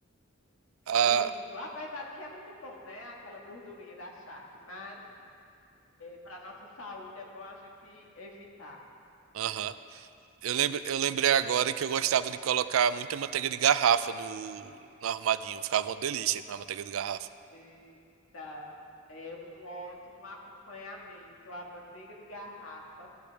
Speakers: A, on the right; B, on the left.
A: Ah,
B: Isso, apesar de que é muito bom, né? Aquela gordurinha da charque, mas para nossa saúde é bom a gente evitar.
A: aham. Eu lembro, eu lembrei agora que eu gostava de colocar muita manteiga de garrafa no, no arrumadinho. Ficava uma delícia com a manteiga de garrafa.
B: Eita, é um ótimo acompanhamento, a manteiga de garrafa.